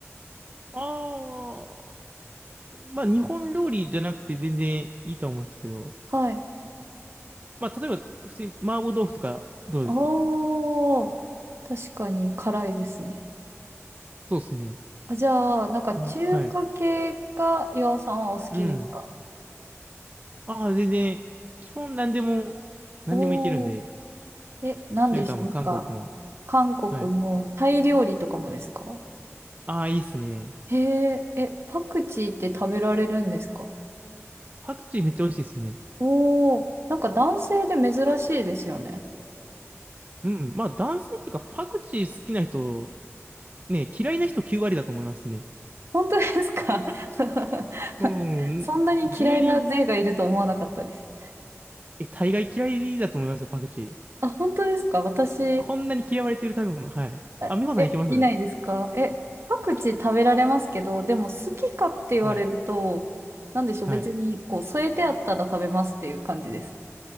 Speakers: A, on the right (about 35°); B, on the right (about 60°).
A: ああ。まあ、日本料理じゃなくて全然いいと思うんですけど、
B: はい。
A: まあ、例えば、普通に麻婆豆腐とかどうですか
B: ああ、確かに辛いですね。
A: そうですね。
B: あ、じゃあ、なんか中華系が岩尾さんはお好きですか
A: まあ、はい。うん。ああ、全然、基本何でも、何でもいけるんで、
B: おおー。え、何でしたなんか、
A: 中華も韓国も。
B: 韓国もタイ料理とかもですか
A: はい。ああ、いいっすね。
B: へえ、え、パクチーって食べられるんですか
A: パクチーめっちゃ美味しいっすね。
B: おおー、なんか男性で珍しいですよね。
A: うん。まあ男性っていうかパクチー好きな人、ね、嫌いな人9割だと思いますね。
B: 本当ですか <laughs>
A: うん。
B: そんなに嫌いな税がいると思わなかったです。
A: 10人、え、大概嫌いだと思いますよ、パクチー。
B: あ、本当ですか私、
A: こんなに嫌われてる食べ物。はい。
B: あえ、
A: あ、美穂さんいけます
B: いないですかえ、パクチー食べられますけど、でも好きかって言われると、
A: はい。
B: なんでしょう、
A: はい。
B: 別にこう添えてあったら食べますっていう感じです。